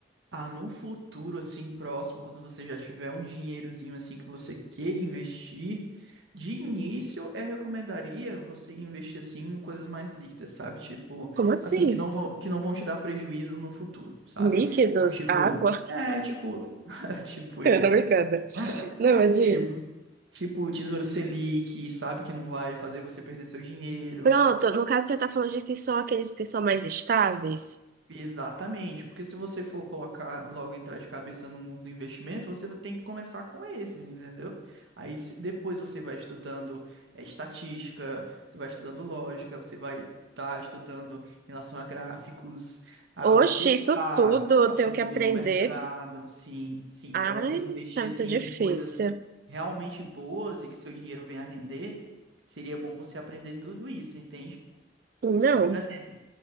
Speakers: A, on the right; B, on the right.
A: Ah, num futuro assim próximo, quando você já tiver um dinheirozinho assim que você queira investir, de início eu recomendaria você investir assim em coisas mais líquidas, sabe? Tipo,
B: Como assim?
A: assim, que não vão, que não vão te dar prejuízo no futuro, sabe?
B: Líquidos,
A: Então, tipo,
B: água? <laughs>
A: é, tipo, <laughs> tipo esse.
B: Tá brincando.
A: <laughs> <laughs>
B: Não, é disso.
A: Tipo, Tipo, o Tesouro Selic, sabe? Que não vai fazer você perder seu dinheiro.
B: Pronto, no caso você tá falando de que são aqueles que são mais estáveis.
A: Exatamente, porque se você for colocar logo entrar de cabeça no mundo do investimento, você tem que começar com esses, entendeu? Aí se- depois você vai estudando eh, estatística, você vai estudando lógica, você vai estar estudando em relação a gráficos, a
B: Oxe,
A: o que que
B: isso
A: tá,
B: tudo
A: tá
B: eu
A: subindo
B: tenho que aprender.
A: no mercado, sim, sim,
B: Ai,
A: para você investir
B: tá muito
A: assim
B: difícil.
A: em coisas realmente boas e que seu dinheiro venha a render, seria bom você aprender tudo isso, entende?
B: Não.
A: Por exemplo